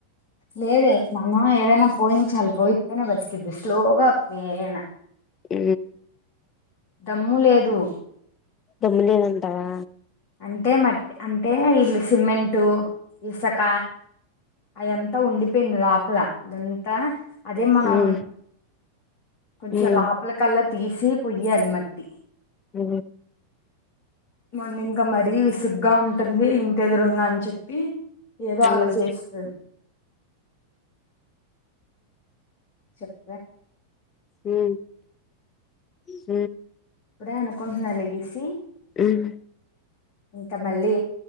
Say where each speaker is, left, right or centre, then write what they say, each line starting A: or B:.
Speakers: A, on the left; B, on the left.
A: లేదే మమ్న ఎదైనా పోయించాలి పోయి అయితేనే బతుతది శ్లోగా ఆక్తేయనా
B: ఊ
A: దమ్ము లేదు
B: దమ్ము లేదంటావా
A: అంటే మట్ అంటే ఇల్లు సిమెంటు ఇసుక అయంతా ఉండిపోయింది లోపల ద అదే మనం
B: ఉమ్
A: కొంచెం
B: ఉమ్
A: లోపల కల్లా తీసి పొయ్యి అల్మట్
B: అ
A: మొన్న ఇంకా మరీ విసుగ్గా ఉంటుంది ఇంటి ఎదురుంగ అని చెప్పి ఏదో
B: ఉమ్
A: అలా చేస్తుంది చెప్
B: హ హ
A: ఇప్పుడే అనుకుంటున్నలిగసి
B: ఉమ్
A: ఇంకా మళ్ళీ